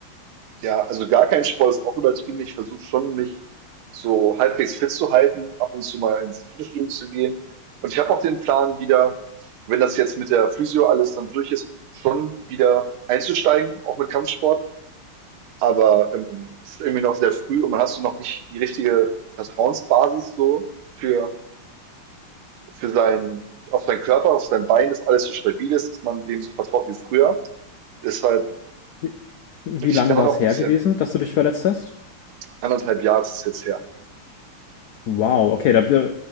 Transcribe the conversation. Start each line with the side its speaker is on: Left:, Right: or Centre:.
Right: Ja, also gar kein Sport ist auch übertrieben. Ich versuche schon, mich so halbwegs fit zu halten, ab und zu mal ins Fitnessstudio zu gehen. Und ich habe auch den Plan, wieder, wenn das jetzt mit der Physio alles dann durch ist, schon wieder einzusteigen, auch mit Kampfsport. Aber ähm, das ist irgendwie noch sehr früh und man hast du noch nicht die richtige Vertrauensbasis so für, für seinen, auf seinen Körper, auf sein Bein, dass alles so stabil ist, dass man dem so vertraut wie früher. Deshalb
Left: Wie wie
Right: bin ich
Left: lang
Right: da
Left: war
Right: noch
Left: es
Right: ein
Left: her
Right: bisschen,
Left: gewesen, dass du dich verletzt hast?
Right: anderthalb Jahre ist es jetzt her.
Left: Wow, okay, da, da